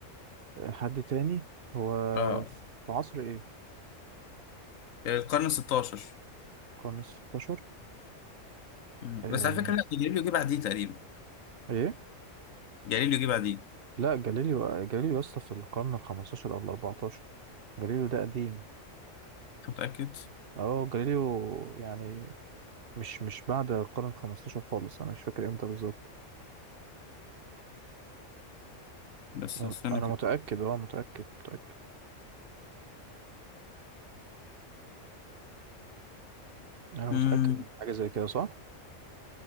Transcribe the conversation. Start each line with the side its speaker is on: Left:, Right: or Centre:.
Right: حد تاني هو
Left: اه
Right: في عصر ايه
Left: القرن 16
Right: القرن الستاشر
Left: مم.
Right: آه.
Left: بس على فكرة لا جاليليو جه بعديه تقريبا
Right: ايه
Left: جاليليو جه بعديه
Right: لا جاليليو جاليليو يا اسطى في القرن الخمستاشر او الاربعتاشر جاليليو ده قديم
Left: متأكد
Right: اه جاليليو يعني مش مش بعد القرن الخمستاشر خالص انا مش فاكر امتى بالظبط
Left: بس
Right: آه،
Left: استنى
Right: انا
Left: كده
Right: متأكد اه متأكد متأكد انا
Left: مم.
Right: متأكد من حاجة زي كده صح